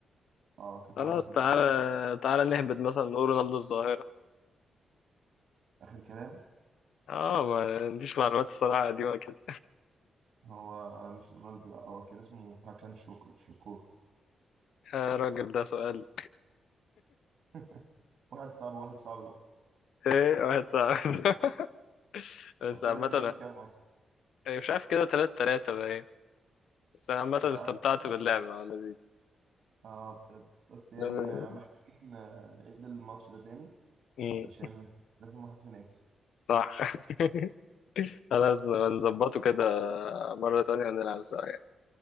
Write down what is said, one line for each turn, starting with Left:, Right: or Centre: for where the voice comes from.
Right: اه كاس
Left: خلاص
Right: العالم 2002
Left: تعالى تعالى نهبط مثلا نقول رونالدو الظاهرة
Right: اخر كلام
Left: اه ما عنديش معلومات الصراحة قديمة كده
Right: هو مش رونالدو لا هو كان اسمه هاكان شوكور شوكور
Left: يا راجل ده سؤال
Right: <laughs> واحد صعب واحد صعب بقى
Left: ايه واحد صعب <laughs> بس
Right: وكده
Left: عامة
Right: النتيجة كام أصلا؟
Left: آه، مش عارف كده تلات تلاتة بقى بس أنا عامة
Right: اتعادل
Left: استمتعت
Right: يعني؟
Left: باللعبة لذيذ
Right: اه بجد بس يعني
Left: لازم
Right: محتاجين آه، نعيد الماتش ده تاني
Left: مم.
Right: علشان لازم واحد فينا يكسب
Left: صح <laughs> خلاص نظبطه كده مرة تانية نلعب سوا